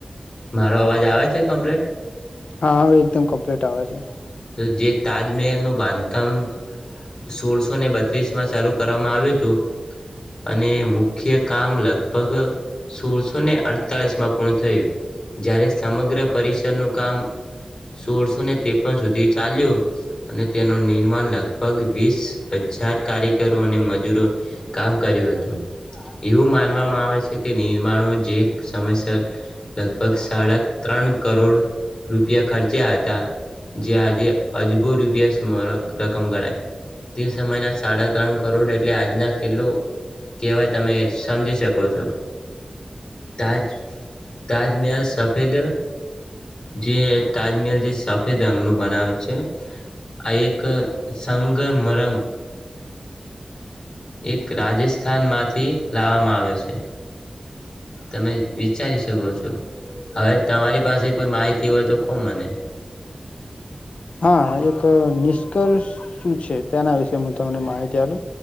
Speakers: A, on the left; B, on the left.
A: મારો અવાજ આવે છે કમ્પ્લીટ
B: હા આવે એકદમ કમ્પ્લીટ આવે છે
A: તો જે તાજમહેલનું બાંધકામ સોળસો ને બત્રીસમાં ચાલું કરવામાં આવ્યું હતું અને મુખ્ય કામ લગભગ સોળસો ને અડતાળીસમાં પૂર્ણ થયું જ્યારે સમગ્ર પરિસરનું કામ સોળસોને ત્રેપન સુધી ચાલ્યું અને તેનું નિર્માણ લગભગ વીસ હજાર કારીગરો અને મજૂરો કામ કર્યું હતું એવું માનવામાં આવે છે કે નિર્માણો જે સમયસર લગભગ સાડા ત્રણ કરોડ રૂપિયા ખર્ચ્યા હતા જે આ જે અજબો રૂપિયા <unintelligible> રકમ ગણાય તે સમયના સાડા ત્રણ કરોડ એટલે આજના કેટલો કહેવાય તમે સમજી શકો છો તાજ તાજમહેલ સફેદ જે તાજમહેલ જે સફેદ અંગનું બનાવે છે આ એક સંગર મરંગ એક રાજેસ્થાન માંથી લાવવામાં આવ્યો છે તમે વિચારી શકો છો હવે તમારી પાસે કોઈ માહિતી હોય તો કો મને
B: હ એક નિષ્કર્ષ શું છે તેના વિશે હું તમને માહિતી આલુ